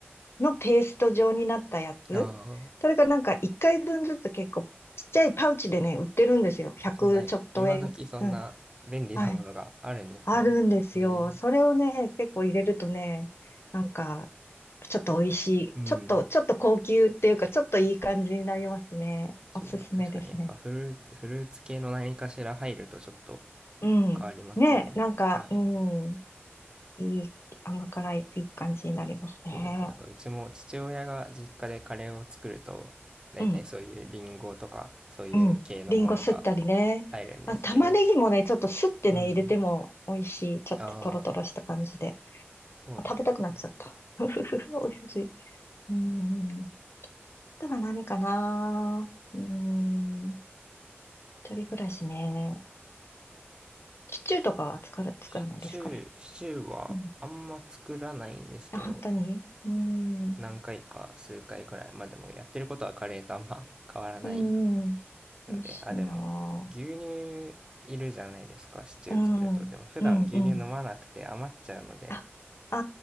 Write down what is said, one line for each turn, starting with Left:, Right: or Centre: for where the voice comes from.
Left: う、のペースト状になったやつ。
Right: あ
Left: それがなんか1回分ずつ結構ちっちゃいパウチでね、売ってるんですよ。100ちょっと円。
Right: あ、そんな、今時そんな便利なものがあるんですね。
Left: うん。はい。あるんですよ。
Right: えー、
Left: それをね、結構入れるとね、なんか、ちょっと美味しい。
Right: うん。
Left: ちょっと、ちょっと高級っていうか、ちょっといい感じになりますね。
Right: そうだな、
Left: おすすめですね。
Right: 確かにやっぱフルーツ、フルーツ系の何かしら入るとちょっと
Left: うん。
Right: 変わりますよね。
Left: ね、なんか、
Right: はい。
Left: うん。いい、甘辛い、いい感じになりますね。
Right: そうです。なんかうちも父親が実家でカレーを作ると、大体そういうリンゴとかそういう系のものが
Left: うん、うん。リンゴすったりね。
Right: 入るんですけど、
Left: あ、玉ねぎもね、ちょっとすってね、
Right: うん。
Left: 入れても美味しい。ちょっとトロトロした感じで。
Right: ああ、そうなんです。
Left: あ食べたくなっちゃった。<laughs> ふふふ、美味しい。うん。あとは何かなうん。一人暮らしね。シチューとかは作る、作らないですかね。
Right: シチュー、シチューはあんま作らないんですけど、
Left: うん。あ、本当にうん。
Right: 何回か数回ぐらい。まあでもやってることはカレーとあんま変わらない
Left: うん。
Right: ので、
Left: 美味しいな
Right: あ、でも牛乳いるじゃないですか、シチュー作ると。
Left: ぁ。うん。
Right: でも普段牛乳飲まなくて余っちゃうので、
Left: うん、うん。ああ